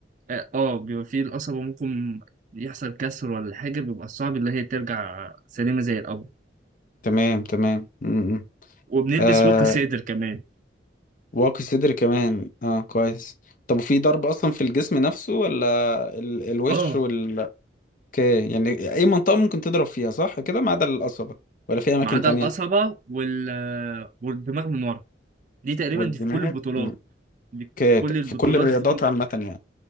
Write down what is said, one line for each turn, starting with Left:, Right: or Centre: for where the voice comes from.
Right: اه آه، بيبقى في القصبه ممكن يحصل كسر ولا حاجه بيبقى صعب اللي هي ترجع سليمه زي الاول
Left: تمام تمام تمام م- م.
Right: وبنلبس
Left: آه
Right: واقي صدر كمان
Left: واقي صدر كمان اه كويس طب وفي ضرب اصلا في الجسم نفسه ولا ال الوش
Right: اه
Left: وال اوكي يعني اي منطقة ممكن تضرب فيها صح كده ما عدا القصبة ولا في اماكن
Right: ما عدا
Left: تانية
Right: القصبه وال آه، والدماغ من ورا دي تقريبا
Left: والدماغ
Right: دي في كل البطولات
Left: م.
Right: دي في
Left: اوكي
Right: كل
Left: ت-
Right: البطولات
Left: في كل الرياضات
Right: في
Left: عامة يعني